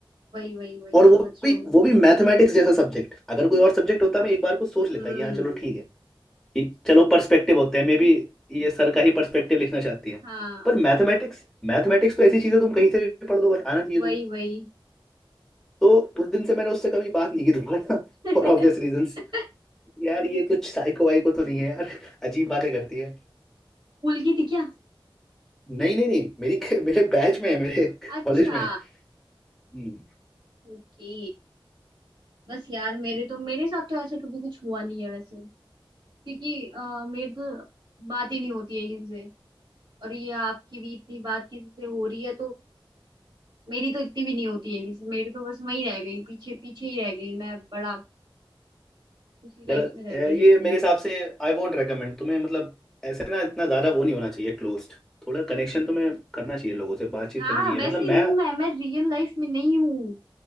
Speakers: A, on the right (about 60°); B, in the centre.
A: वही वही वही
B: और
A: समझ
B: वो भी
A: लो मैं
B: वो भी मैथमेटिक्स जैसा सब्जेक्ट अगर कोई और सब्जेक्ट होता मैं एक बार को सोच लेता
A: हम्म
B: कि हाँ चलो ठीक है कि चलो पर्सपेक्टिव होते हैं मे बी ये सर का ही पर्सपेक्टिव लिखना चाहती है
A: हाँ
B: पर मैथमेटिक्स मैथमेटिक्स तो ऐसी चीज है तुम कहीं से भी पढ़ लो बट आना चाहिए
A: वही
B: तुम्हें
A: वही
B: तो उस दिन से मैंने उससे कभी बात नहीं की दोबारा
A: <laughs>
B: फॉर ऑब्वियस रीजंस
A: स्कूल
B: यार ये कुछ साइको वाइको तो नहीं है यार अजीब बातें करती है
A: की थी क्या
B: नहीं नहीं नहीं मेरी <laughs> मेरे बैच में है मेरे
A: अच्छा
B: कॉलेज में है हम्म,
A: ओके बस यार मेरे तो मेरे साथ तो ऐसे कभी कुछ हुआ नहीं है वैसे क्योंकि अ, मेरी तो बात ही नहीं होती है किसी से और ये आपकी भी इतनी बात किसी से हो रही है तो मेरी तो इतनी भी नहीं होती है किसी- मेरी तो बस वही रह गई पीछे पीछे ही रह गई मैं बड़ा उसी लाइफ
B: गलत
A: में रह
B: ए,
A: गई अपनी
B: ये मेरे हिसाब से आई वोंट रेकमेंड तुम्हें मतलब ऐसे ना इतना ज्यादा वो नहीं होना चाहिए क्लोज्ड थोड़ा कनेक्शन तुम्हें करना चाहिए लोगों से बातचीत
A: हाँ
B: करनी चाहिए
A: वैसे
B: मतलब
A: हूं
B: मैं
A: मैं मैं रियल लाइफ में नहीं हूँ